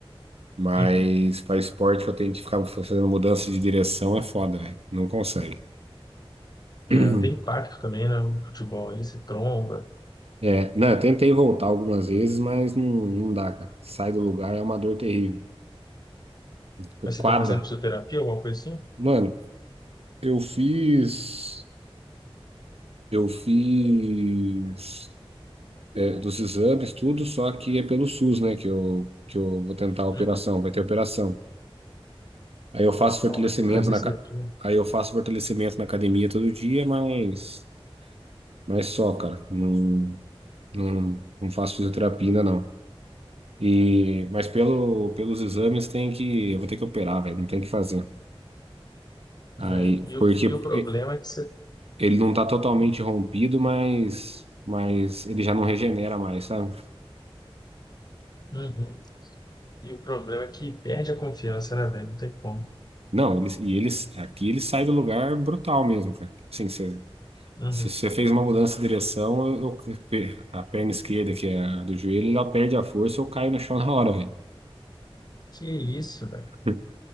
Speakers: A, on the right; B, on the left.
A: Mas
B: Uhum.
A: para esporte que eu tenho que ficar fazendo mudança de direção é foda, velho. Não consegue.
B: É,
A: <clears throat>
B: tem impacto também, né? O futebol, ele se tromba.
A: É, não, eu tentei voltar algumas vezes, mas não, não dá, cara. Sai do lugar é uma dor terrível. Foi
B: Mas
A: Quadra.
B: você tá fazendo fisioterapia, alguma coisa assim?
A: Mano, eu fiz. Eu fiz. é, dos exames, tudo, só que é pelo SUS, né? Que eu, que eu vou tentar a operação,
B: Uhum.
A: vai ter operação. Aí eu faço fortalecimento
B: Não, vai ter que fazer
A: na.
B: cirurgia.
A: ca- Aí eu faço fortalecimento na academia todo dia, mas. Mas só, cara. Não. Não, não faço fisioterapia ainda, não. E, mas pelo, pelos exames tem que. Eu vou ter que operar, velho. Não tem que fazer. Aí,
B: É. E,
A: porque
B: o, e o problema
A: e-
B: é que você.
A: ele não tá totalmente rompido, mas, mas ele já não regenera mais, sabe?
B: Uhum. E o problema é que perde a confiança, né, velho? Não tem como.
A: Não, eles, e eles, aqui ele sai do lugar brutal mesmo, cara. Assim, você,
B: Uhum.
A: se você fez uma mudança de direção, eu, eu- pe- a perna esquerda, que é a do joelho, ela perde a força, eu caio no chão na hora, velho.
B: Que isso, velho?
A: <laughs>